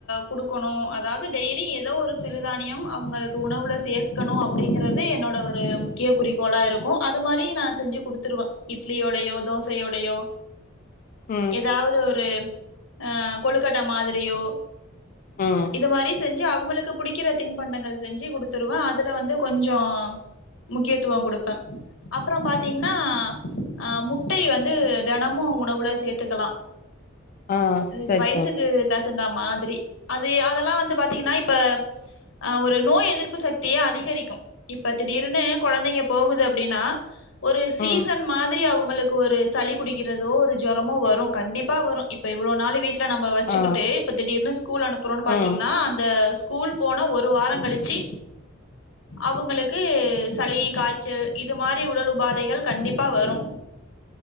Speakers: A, on the left; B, on the left.
A: குடுக்கணு அதாவது டெய்லியு எதோ ஒரு சிறுதானியம் அவங்களுக்கு உணவுல சேர்க்கணு அப்டிங்கறது என்னோட ஒரு முக்கிய குறிக்கோளா இருக்கு அதுமாரி நா செஞ்சு குடுத்துருவ இட்லியோடையோ தோசயோடையோ
B: ம்
A: ஏதாவ்து ஒரு அஆ கொழுக்கட்ட மாத்ரியோ
B: ம்
A: இத மாதிரி செஞ்சு அவ் உங்களுக்கு பிடிக்கிற தின்பண்டங்கள் செஞ்சு குடுத்துருவே அதுல வந்து கொஞ்சோ முக்கியத்துவோ குடுப்பே அப்றோ பாத்தீங்னா அ முட்டை வந்து தினமூ உணவுல சேர்த்துக்கலா
B: ஆ
A: இஜ்
B: சரி
A: வயசுக்கு
B: தோழி
A: தகுந்தாம் மாதிரி அது அதெல்லா வந்து பாத்தீங்னா இப்ப ஆ ஒரு நோய் எதிர்ப்பு சக்திய அதிகரிக்கூ இப்ப திடீர்னு கொழந்தைங்க போகுது அப்டின்னா ஒரு சீசன்
B: ம்
A: மாதிரி அவுங்ளுக் கு ஒரு சளி புடிக்கிறதோ ஒரு ஜொரமோ வரூ கண்டிப்பா வரூ இப்ப இவ்ளோ நாள் வீட்டுக் ள நம்ம வச்சுக்கிட்டு
B: ஆ
A: இப்ப திடீர்னு ஸ் ஸ்கூல் அனுப்புறோனு பாத்தீங்னா
B: ம்
A: அந்த ஸ்கூல் போன ஒரு வாரோ கழிச்சு அவுங்களுக் க்கு சளி காய்ச்சல் இது மாரி உடல் உபாதைகள் கண்டிப்பா வரூ